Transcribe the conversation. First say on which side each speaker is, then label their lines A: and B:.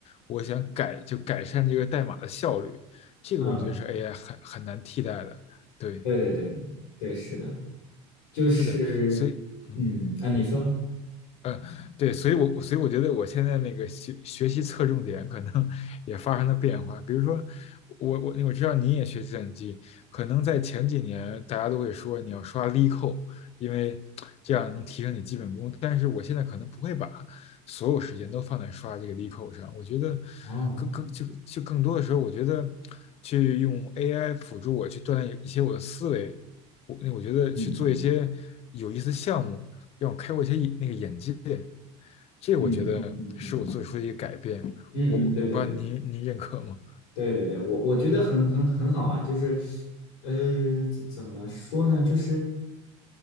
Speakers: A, on the left; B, on the left.
A: 我想改就改善这个代码的效率，这个我觉得是
B: 嗯
A: AI 很很难替代的。对，
B: 对对对对对对，是的，就是
A: 是的，所以嗯。
B: 嗯，啊，你说
A: 呃，对，所以我所以我觉得我现在那个学学习侧重点可能 <laughs> 也发生了变化。比如说，我我我知道你也学计算机，可能在前几年大家都会说你要刷力扣，因为 <tsk> 这样能提升你基本功。但是我现在可能不会把所有时间都放在刷这个力扣上。我觉得
B: 哦，
A: 更更就就更多的时候，我觉得去用 AI 辅助我去锻炼一些我的思维，我那我觉得去做一些有意思的项目。
B: 嗯嗯
A: 让我开阔一些那个眼界。这个我觉得是我做出的一个改变。
B: 嗯嗯嗯嗯嗯嗯嗯，
A: 我我我不知道您您认可吗？
B: 对对对对对对，我我觉得很很很好啊，就是呃，怎怎么说呢，就是。